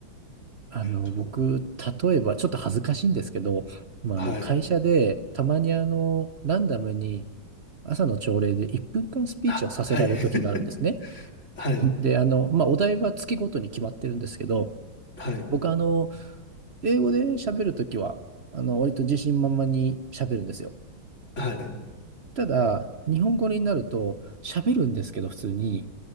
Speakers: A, on the right (about 45°); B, on the left (about 35°).
A: あの、
B: そう
A: 僕、例えば、ちょっと恥ずかしいんですけど、まあ、
B: はい。
A: あの、会社で、たまにあの、ランダムに、朝の朝礼で1分間スピーチをさせられる時があるんですね。
B: あ、はい。<laughs> はい。
A: <laughs> で、あの、まあ、お題は月ごとに決まってるんですけど、
B: はい、
A: 僕、あの、英語で喋るときは、あの、割と自信満々に喋るんですよ。
B: はい、
A: ただ、日本語になると喋るんですけど、普通に、